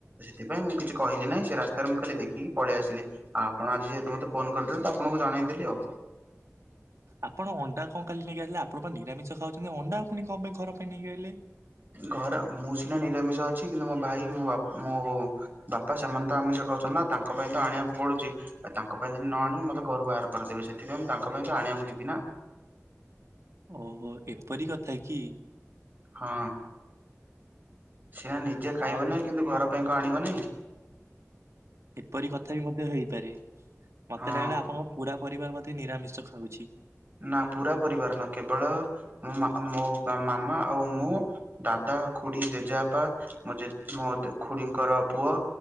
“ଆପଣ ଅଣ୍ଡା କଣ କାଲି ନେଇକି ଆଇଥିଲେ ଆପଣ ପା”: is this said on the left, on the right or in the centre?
Right